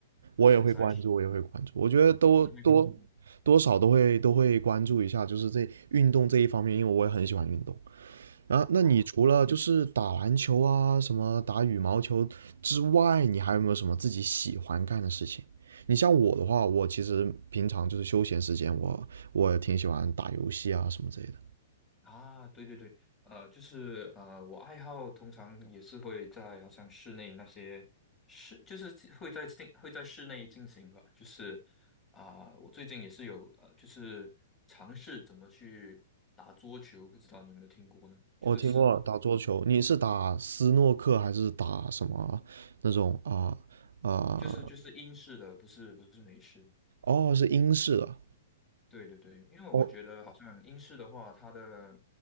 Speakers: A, on the right; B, on the left.
A: 我也会关注，
B: 这些赛事，
A: 我也会关注。我觉得都多
B: 那你会关注吗？
A: 多少都会都会关注一下，就是这运动这一方面，因为我也很喜欢运动。然后，那你除了就是打篮球啊，
B: 啊？
A: 什么打羽毛球之外，你还有没有什么自己喜欢干的事情？你像我的话，我其实平常就是休闲时间，我我也挺喜欢打游戏啊什么之类的。
B: 啊，对对对，呃，就是呃，我爱好通常也是会在好像室内那些室，就是会在进会在室内进行吧，就是啊、我最近也是有呃，就是尝试怎么去打桌球，不知道你有没有听过呢？就是斯诺克，
A: 我听过打桌球，你是打斯诺克还是打什么那种啊啊、
B: 就是就是英式的，不是不是美式的。
A: 哦，是英式的。
B: 对对对，因为我觉得好像英式的话，
A: 哦，
B: 它的